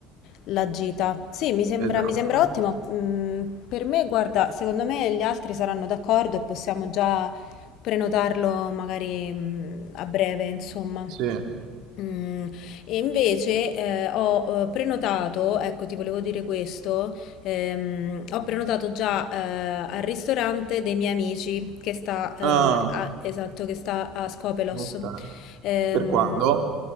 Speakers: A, on the left (about 55°); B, on the right (about 55°).
A: la gita. Sì, mi sembra,
B: esatto,
A: mi sembra ottimo. Mm, per me, guarda, secondo me gli altri saranno d'accordo e possiamo già prenotarlo magari, mm, a breve, insomma.
B: sì.
A: Mm, E invece eh, ho eh, prenotato, ecco, ti volevo dire questo Ehm, ho prenotato già eh, al ristorante dei miei amici che sta, eh,
B: Ah,
A: a, esatto, che sta a Skopelos.
B: ok.
A: Ehm,
B: Per quando?